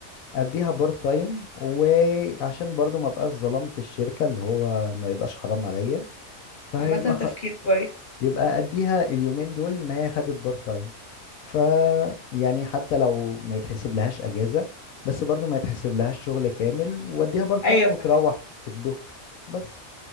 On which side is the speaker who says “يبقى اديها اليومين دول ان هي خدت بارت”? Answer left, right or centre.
Left